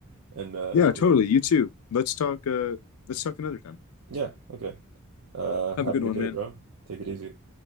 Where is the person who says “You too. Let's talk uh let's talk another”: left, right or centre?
Left